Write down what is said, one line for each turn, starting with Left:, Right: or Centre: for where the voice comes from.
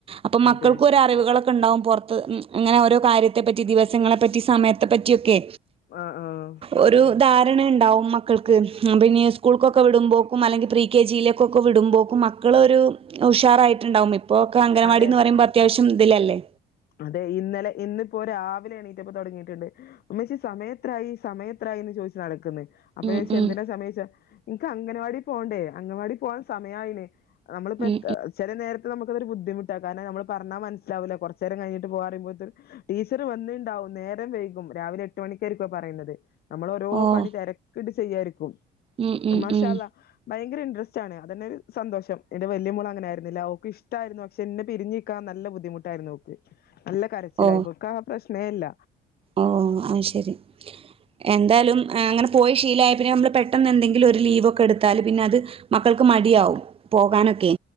Right: അപ്പൊ മക്കൾകൊരു
Left: അതെ
Right: അറിവുകളക്കെ ഉണ്ടാവും പുറത്ത് അങ്ങനെ ഓരോ കാര്യ ത്തെ പറ്റി ദിവസങ്ങളെ പ പറ്റി സമയത്തെ പറ്റിയൊക്കെ
Left: ആഹ് ആഹ്
Right: ഒരു ധാരണ ഉണ്ടാവും മക്കൾക്ക് പിന്നെ സ്കൂൾക്കൊക്കെ വിടുമ്പോക്കും അല്ലെങ്കിൽ പ്രീ കെ ജിയിലേക്കൊക്കെ വിടുമ്പോൾക്കും മക്കളൊരു ഉഷാറായിട്ടുണ്ടാവും ഇപ്പോക്കെ അംഗൻവാടി
Left: അതെ
Right: എന്ന് പറയുമ്പോത്ര അത്യാവശ്യം ഇതിലല്ലേ
Left: അതെ ഇന്നലെ ഇന്നിപ്പോ രാവിലെ എണീറ്റപ്പൊ തൊടങ്ങിയിട്ടുണ്ട് ഉമ്മച്ചി സമയത്രയി സമയത്രായിന്ന് ചോദിച്ചു നടക്കുന്നു അപ്പൊച്ച
Right: ഉം ഉം
Left: എന്തിനാ സമയച്ചൊയിച്ചേ നിക്ക് അംഗൻവാടി പോകണ്ടേ അംഗൻവാടി പോവാൻ സമയമായിണ് നമ്മളിപ്പോ
Right: ഉം
Left: ചില നേരത്തെ നമുക്കൊരു ബുദ്ധിമുട്ട കാരണം നമ്മൾ പറഞ്ഞാ മനസ്സാവില്ല കൊറച്ചു നേരംകഴിഞ്ഞിട്ട് പോവറിമ്പോത്തി ടീച്ചർ വന്നിണ്ടാവും നേരം വൈകും രാവിലെ എട്ട് മണിക്കായിരിക്കു പറയുന്നത് അമ്മള് ഓരോ
Right: ഓഹ്
Left: പണി തിരക്കിട്ട് ചെയ്യാരിക്കും
Right: ഉം ഉം
Left: മാ
Right: ഉം
Left: ഷാള്ള ഭയങ്കര ഇൻട്രസ്റ്റ് ണ് അതന്നെ സന്തോഷം എന്റെ വലിയ മോള അങ്ങനൊയിരുന്നില്ല ഓക്ക് ഇഷ്ടമായിരുന്നു പക്ഷെ എന്നെ പിരിഞ് ക്കാൻ നല്ല ബുദ്ധിമുട്ടായിരുന്നു ഓക്ക് നല്ല കരച്ചിലാരുന്നു
Right: ഓ
Left: ഇബക്ക് ആ പ്രശ്നേല്ല
Right: ഓ ആഹ് ശരി എന്തായാലും അങ്ങനെ പോയി ശീലായ പിന്നെ നമ്മൾ പെട്ടെന്ന് എന്തെങ്കിലും ഒരു ലീവൊക്കെ എടുത്താല് പിന്നെ അത് മക്കൾക്ക് മടിയാവും പോകാനൊക്കെ